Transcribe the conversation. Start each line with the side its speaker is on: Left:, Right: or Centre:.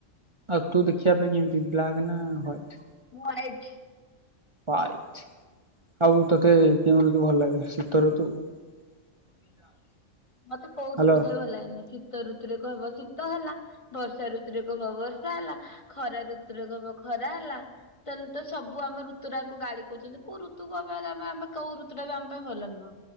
Right: ଆଉ ତୁ ଦେଖିବା ପାଇଁ କେମିତି ବ୍ଲାକ୍ ନା ହ୍ୱଇଟ୍?
Left: ମୁଁ ହ୍ୱାଟ୍
Right: ହୁଆଇଟ ଆଉ ତୋତେ କେଉଁ ଋତୁ ଭଲ ଲାଗେ ଶୀତ ଋତୁ <inaudible>
Left: ମତେ କଉ
Right: ହ୍ୟାଲୋ
Left: ଋୁତୁ ଟା ବି ଭଲ ଲାଗେନି। ଶୀତ ଋତୁରେ କହିବ ଶୀତ ହେଲା ବର୍ଷା ଋତୁରେ କହିବ ବର୍ଷା ହେଲା। ଖରା ରୁତୁରେ କହିବ ଖରା ହେଲା। ତାହେଲେ ତ ସବୁ ଆମ ଋତୁଟା କୁ ଗାଳି କୁଛନ୍ତି କୋଉ ଋତୁକୁ ଆମେ କୋଉ ଋତୁଟା ବି ଆମ ପାଇଁ ଭଲ ନୁହଁ।